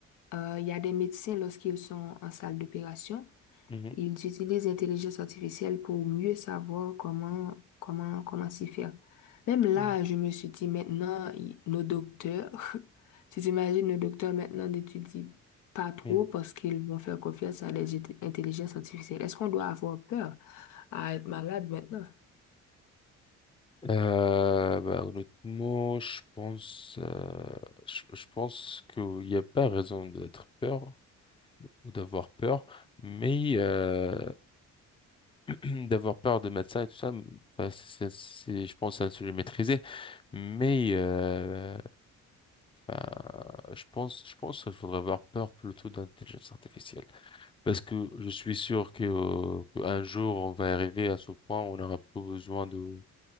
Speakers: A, on the left (about 80°); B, on the left (about 15°).
A: euh, il y a des médecins, lorsqu'ils sont en salle d'opération,
B: mhm,
A: ils utilisent l'intelligence artificielle pour mieux savoir comment, comment, comment s'y faire. Même là,
B: mhm,
A: je me suis dit, maintenant, y- nos docteurs, <laughs> tu t'imagines nos docteurs maintenant n'étudient pas trop
B: mhm.
A: parce qu'ils vont faire confiance à des int- intelligences artificielles. Est-ce qu'on doit avoir peur à être malade maintenant?
B: Euh, bah, honnêtement, je pense, euh, je, je pense qu'il n'y a pas raison d'être peur ou d'avoir peur, mais euh, <clears throat> d'avoir peur de médecins et tout ça, m- enfin, c'est, c'est- je pense, c'est un sujet maîtrisé. Mais euh, enfin, je pense, je pense qu'il faudrait avoir peur plutôt d'intelligence artificielle. Parce que je suis sûr que, euh, qu'un jour, on va arriver à ce point où on n'aura plus besoin de,